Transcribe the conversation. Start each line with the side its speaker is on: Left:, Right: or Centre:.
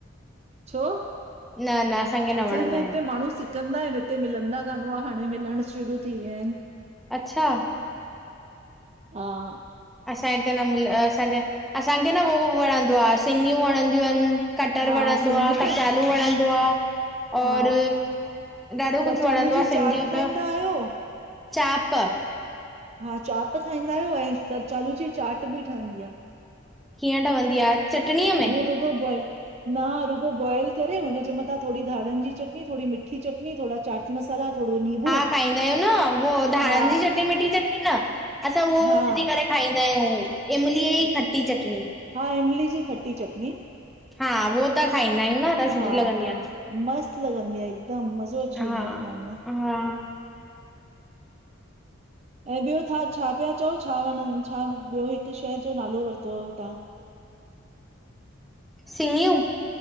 Right: छो,
Centre: न न असांखे
Right: असांजे
Centre: न वणंदा आहिनि
Right: हिते माण्हू सिक कंदा आहिनि, हिते मिलंदा कानि हुआ हाणे मिलण शुरू थी विया आहिनि।
Centre: अच्छा
Right: हा
Centre: असां हिते न मिल, असांजे, असांखे न उहो वणंदो आ सिंगियूं वणंदियूं आहिनि। कटर
Right: हा
Centre: वणंदो
Right: सिंगियूं
Centre: आ, कचालू
Right: त
Centre: वणंदो आ। और
Right: हा
Centre: ॾाढो
Right: कचालू
Centre: कुझु वणंदो
Right: जी
Centre: आ सिंधीयूं
Right: चाट खाईंदा
Centre: त।
Right: आहियो?
Centre: चाप
Right: हा चाप खाईंदा आहियूं, ऐं कचालू जी चाट ॿि ठहंदी आ।
Centre: कीअं ठवंदी आ? चटणीअ में
Right: हू रुगो बॉईल न रुगो बॉइल करे हुनजे मथां थोडी धाणनि जी चटनी, थोडी मिठी चटनी, थोडा चाट मसाला थोरो नीबू
Centre: हा खाईंदा आहियूं न वो धाणनि
Right: हा
Centre: जी चटनी, मिट्ठी चटनी न, असां उहो
Right: हा
Centre: विझी करे खाइंदा आहियूं, इमलीअ ई खटी चटणी।
Right: हा, इमली जी खट्टी चटनी
Centre: हा वो तक खाईंदा आहियूं न ॾाढी सुठी
Right: हा
Centre: लॻंदी
Right: हा
Centre: आ।
Right: मस्त लॻंदी आ हिकदमि मज़ो अची
Centre: हा
Right: वेंदो आ खाइण में।
Centre: हा
Right: ऐं ॿियो छा छा पिया चओ छा वणनि छा ॿियो हिकु शय जो नालो वरितो हुअव तहा?
Centre: सिञियूं